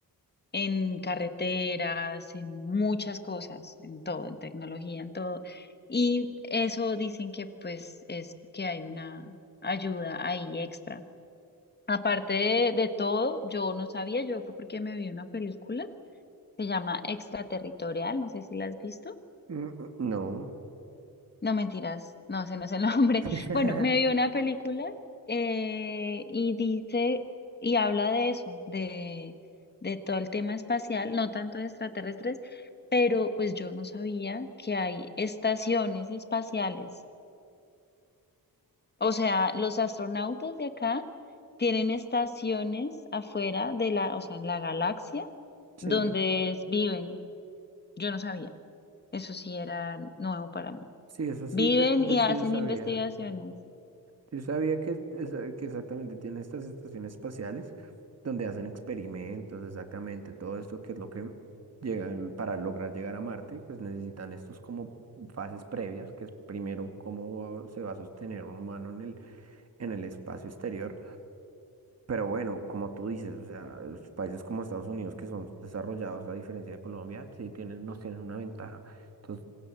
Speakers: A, on the left; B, on the right.
A: en carreteras, en muchas cosas, en todo, en tecnología, en todo. Y eso dicen que pues es que hay una ayuda ahí extra. Aparte de, de todo, yo no sabía, yo fue porque me vi una película, se llama Extraterritorial, no sé si la has visto.
B: Mm, No.
A: No mentiras, no, ese no es el nombre.
B: <laughs>
A: <laughs> Bueno, me vi una película eh, y dice y habla de eso, de, de todo el tema espacial, no tanto de extraterrestres, pero pues yo no sabía que hay estaciones espaciales. O sea, los astronautas de acá tienen estaciones afuera de la, o sea, en la galaxia
B: Sí,
A: donde es- viven. Yo no sabía. Eso sí era nuevo para mí.
B: sí, eso sí,
A: Viven
B: yo, yo
A: y
B: sí
A: hacen
B: sabía.
A: investigaciones.
B: Yo sabía que, esa- que exactamente tiene estas estaciones espaciales donde hacen experimentos, exactamente todo esto que es lo que llegan para lograr llegar a Marte, pues necesitan estos como fases previas, que es primero cómo va- se va a sostener un humano en el, en el espacio exterior. Pero bueno, como tú dices, o sea, los países como Estados Unidos que son desarrollados a diferencia de Colombia, sí tienen, nos tienen una ventaja. Entonces,